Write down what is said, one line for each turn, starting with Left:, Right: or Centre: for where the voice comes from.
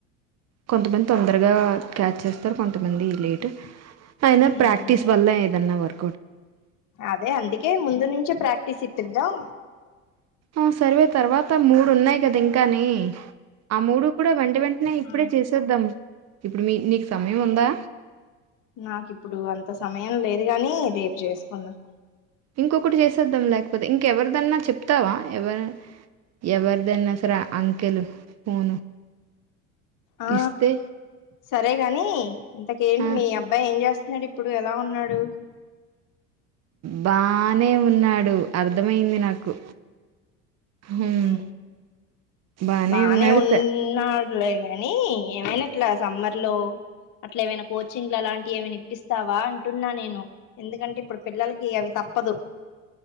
Right: కొంతమంది తొందరగా క్యాచ్ చేస్తారు కొంతమంది లేట్ అయినా
Left: ఉమ్
Right: ప్రాక్టీస్ వల్ల ఏదన్నా వార్
Left: అదే అందుకే ముందు నుంచి ప్రాక్టీస్ ఇప్పిద్దాం
Right: ఆ సర్వే తర్వాత మూడు ఉన్నాయి కదా ఇంకాని ఆ మూడు పుడే వెంట వెంటనే ఇప్పుడే
Left: ఆ
Right: చేసేద్దామ్ ఇప్పుడు మి నీకు సమయం ఉందా
Left: నాకు ఇప్పుడు అంత సమయం లేదు గాని రేపు చేసుకున్నాదాం
Right: ఇంకొకటి చేసేద్దాం లేకపోతే ఇంకెవరిదన్నా చెప్తావా ఎవరి ఎవరిదనా సరే అంకెలు ఫోను
Left: ఆ
Right: ఇస్తే
Left: సరేగాని ఇంతకేంటి
Right: ఆ
Left: మీ అబ్బాయి ఏం చేస్త చేస్తుండు ఇప్పుడు ఎలా ఉన్నాడు
Right: బానే ఉన్నాడు అర్థమయింది నాకు హ్మ్
Left: మ్
Right: బానే
Left: బనే
Right: ఉన్నాడు
Left: ఉన్నాడ్
Right: త
Left: లెగాని ఏమైఇట్లా సమ్మర్ లో అట్లా ఏమైనా కోచింగ్లు అలాంటివి ఏమైనా ఇప్పిస్తావా అంటున్నా నేను ఎందుకంటే ఇప్పుడు పిల్లలకి అవి తప్ప తప్పదు